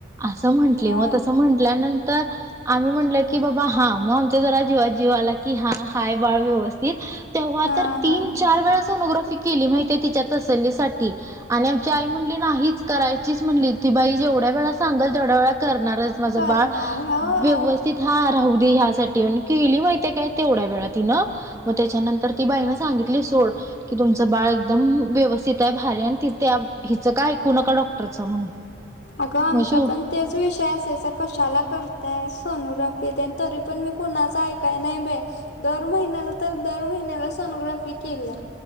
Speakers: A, on the right (about 15°); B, on the left (about 60°).
A: आसं म्हंटली
B: हा
A: ओ ती म्हनटल्यानंतर आम्ही म्हटलं की, बाबा हा. मग आमचा जरा जीवात जीव आला की, हा हाय बाळ व्यवस्थित. तीत, तेव्हा
B: हा
A: तर तीन,
B: हा
A: चार वेळा सोनोग्राफी केली माहिती हाय तिच्या तसल्लीसाठी. आणि आमची आई म्हणली नाहीच करायचीच म्हणली, ती बाई जेवढ्या वेळा सांगल तेवढ्या वेळा करणार. माझ
B: करणार
A: बाळ,
B: हवा.
A: व्यव स्थित हा राहू दे ह्यासाठी आणि केली माहितीे काय तेवढ्या वेळा तिनं मग त्याच्यानंतर ती बाईन सांगितली सोड, की तुमचं बाळ एकदम व्यव स्थित हाय, भारी हाय आणि ती त्या हिच काय ऐकू नका डॉक्टरच म्हणून
B: अगं आमच्या
A: मग शेव
B: पण तेच विषय असायचा, कशाला करताय सोनोग्राफी तेन? तरी पण मी कुणाच ऐकाय नाही बाई, दर महिन्याला तर दर महिन्याला सोनोग्राफी केल्या.